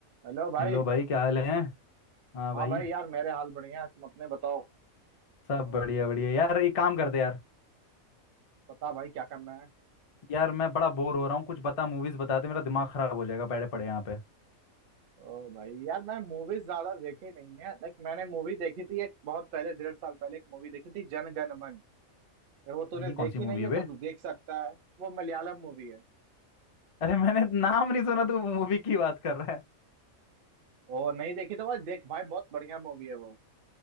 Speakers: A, on the right; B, on the left.
A: हेलो भाई
B: Hello भाई क्या हाल है हाँ
A: हाँ
B: भाई
A: भाई यार मेरे हाल बढ़िया है तुम अपने बताओ
B: सब बढ़िया बढ़िया यार एक काम कर दे यार
A: बता भाई क्या करना है
B: यार मैं बड़ा बोर हो रहा हूँ कुछ बता मूवीज बताते मेरा दिमाग खराब हो जाएगा बैठे पड़े यहाँ पे
A: ओ भाई यार मैं मूवीज ज्यादा देखी नहीं है लाइक मैंने मूवी देखी थी एक बहुत पहले डेढ़ साल पहले एक मूवी देखी थी जन गण मन अगर वो तूने
B: ये कौन
A: देखी
B: सी मूवी
A: नहीं
B: है
A: है
B: बे
A: तो तू देख सकता है वो मलयालम मूवी है
B: अरे मैंने नाम नहीं सुना तू मूवी की बात कर रहा है
A: ओ नहीं देखी तो भाई देख भाई बहुत बढ़िया मूवी है वो